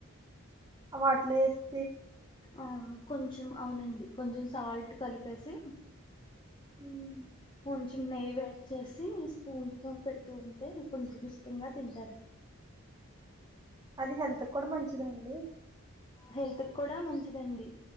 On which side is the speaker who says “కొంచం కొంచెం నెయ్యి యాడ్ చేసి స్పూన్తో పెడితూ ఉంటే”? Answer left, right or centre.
Left